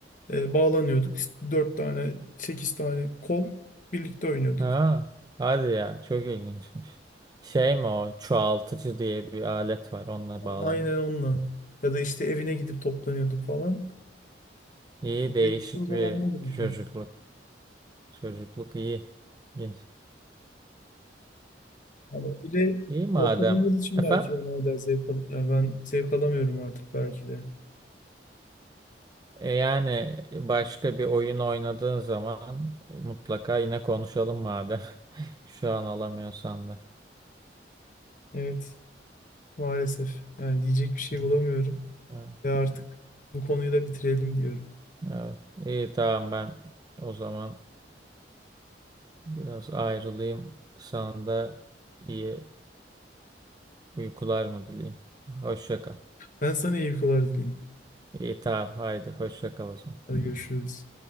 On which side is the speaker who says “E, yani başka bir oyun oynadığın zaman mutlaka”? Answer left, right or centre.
Right